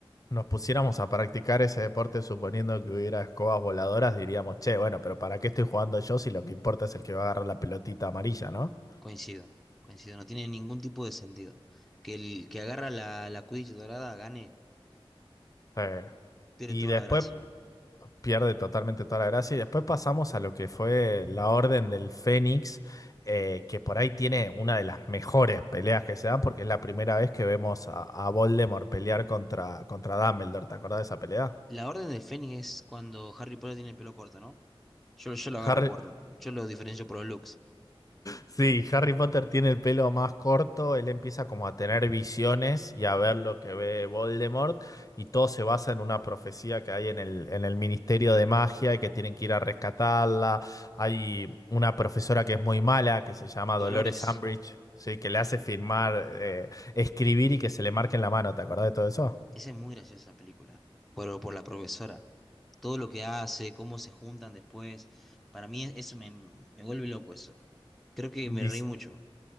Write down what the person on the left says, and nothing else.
nos pusiéramos a practicar ese deporte suponiendo que hubiera escobas voladoras, diríamos, che, bueno, pero ¿para qué estoy jugando yo si lo que importa es el que va a agarrar la pelotita amarilla, ¿no?
Eh,
y
después
pierde totalmente toda la gracia. Y después pasamos a lo que fue la Orden del Fénix, eh, que por ahí tiene una de las mejores peleas que se dan, porque es la primera vez que vemos a, a Voldemort pelear contra, contra Dumbledore. ¿Te acordás de esa pelea?
Harry,
Sí, Harry Potter tiene el pelo más corto, él empieza como a tener visiones y a ver lo que ve Voldemort y todo se basa en una profecía que hay en el, en el Ministerio de Magia y que tienen que ir a rescatarla. Hay una profesora que es muy mala, que se llama
Dolores Umbridge, ¿sí? que le hace firmar, eh, escribir y que se le marque en la mano, ¿te acordás de todo eso?
Dic-